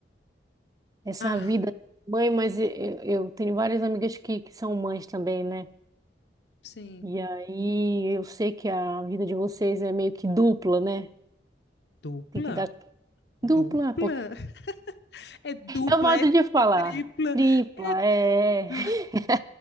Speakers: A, on the right; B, on the left.
A: essa
B: ah,
A: vida de mãe, mas eu, eu- eu tenho várias amigas que, que são mães também, né?
B: sim.
A: E aí eu sei que a vida de vocês é meio que dupla, né?
B: Dupla?
A: Tem que dar
B: Dupla?
A: dupla, porque
B: <laughs> É dupla,
A: é o modo
B: é
A: de falar.
B: tripla,
A: Tripla,
B: é...
A: é,
B: Ai,
A: <laughs>